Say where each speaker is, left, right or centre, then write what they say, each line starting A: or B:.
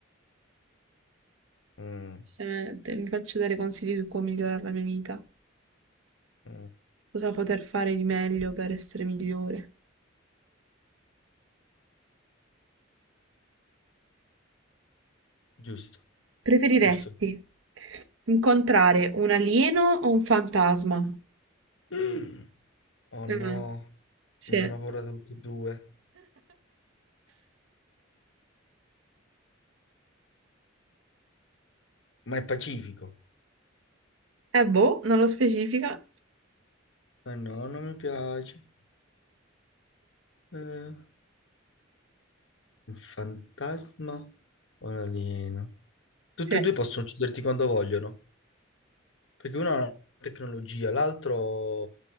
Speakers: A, on the left (about 65°); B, on the right (about 75°).
A: Mm,
B: Giustamente, mi faccio dare consigli su come migliorare la mia vita.
A: mm,
B: Cosa poter fare di meglio per essere migliore.
A: Giusto,
B: Preferiresti
A: giusto.
B: incontrare un alieno o un fantasma?
A: Mm. Oh
B: Mm,
A: no,
B: sì.
A: mi fanno
B: Eh
A: paura tutti e due. Ma è pacifico.
B: boh, non lo specifica.
A: Ma no, non mi piace. Eh, un fantasma o un alieno? Tutti
B: Sì.
A: e due possono ucciderti quando vogliono, perché uno ha una tecnologia, l'altro